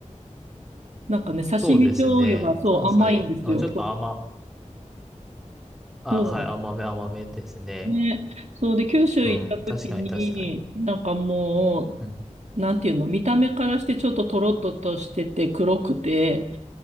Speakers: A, on the right; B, in the centre.
A: なんかね、刺身醤油がそう甘いんですよ。
B: そうですね。関西、あ、ちょっと甘、
A: そう。
B: あ、
A: そ
B: はい、甘め、甘めですね。
A: うね。そうで、九州行った時に、
B: うん、確かに確かに。
A: なんかも
B: うん、
A: う、なんていうの、見た目からしてちょっとトロッととしてて黒くて、